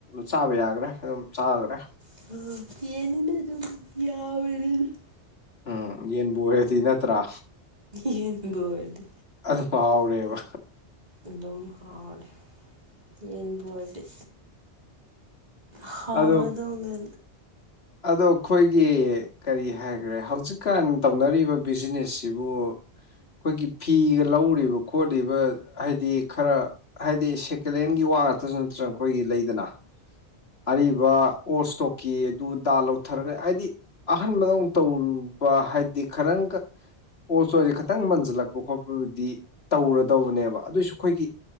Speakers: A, on the left; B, on the right.
A: ꯆꯥꯕ ꯌꯥꯈ꯭ꯔꯦ ꯑꯗꯨꯝ ꯆꯥꯈ꯭ꯔꯦ꯫
B: <inaudible>
A: ꯎꯝ ꯌꯦꯟꯕꯨ ꯑꫭꯏꯔꯗꯤ ꯅꯠꯇ꯭ꯔꯥ꯫
B: ꯌꯦꯟꯕꯨ ꯑꫭꯏꯔꯗꯤ꯫
A: ꯑꯗꯨ ꯍꯥꯎꯔꯦꯕ꯫
B: ꯑꯗꯨꯝ ꯍꯎꯔꯦ ꯌꯦꯟꯕꯨ ꯑꯣꯢꯔꯗꯤ ꯍꯥꯎꯔꯗꯧꯅꯦ
A: ꯑꯗꯣ ꯑꯗꯣ ꯑꯩꯈꯣꯏꯒꯤ ꯀꯔꯤ ꯍꯥꯏꯈ꯭ꯔꯦ ꯍꯧꯖꯤꯛꯀꯥꯟ ꯇꯧꯅꯔꯤꯕ ꯕꯤꯖꯤꯅꯦꯁꯁꯤꯕꯨ ꯑꯩꯈꯣꯏꯒꯤ ꯐꯤꯒ ꯂꯧꯔꯤꯕ ꯈꯣꯠꯂꯤꯕ ꯍꯥꯏꯗꯤ ꯈꯔ ꯍꯥꯏꯗꯤ ꯁꯦꯀꯦꯟ ꯍꯦꯟꯒꯤ ꯋꯥ ꯉꯥꯛꯇ꯭ꯔꯁꯨ ꯅꯠꯇ꯭ꯔꯅ ꯑꯩꯈꯣꯏꯒꯤ ꯂꯩꯗꯅ ꯑꯔꯤꯕ ꯑꯣꯜꯁꯇꯣꯛꯀꯤ ꯑꯗꯨ ꯗꯥ ꯂꯧꯊꯔꯒ ꯍꯥꯏꯗꯤ ꯑꯍꯟꯗꯧ ꯇꯔꯨꯕ ꯍꯥꯏꯕꯗꯤ ꯈꯔꯪꯒ ꯑꯣꯁꯁꯦ ꯈꯤꯇꯪ ꯃꯟꯁꯤꯜꯂꯛꯄ ꯈꯣꯠꯄꯕꯨꯗꯤ ꯇꯧꯔꯗꯧꯕꯅꯦꯕ ꯑꯗꯨꯑꯣꯏꯁꯨ ꯑꯩꯈꯣꯏꯒꯤ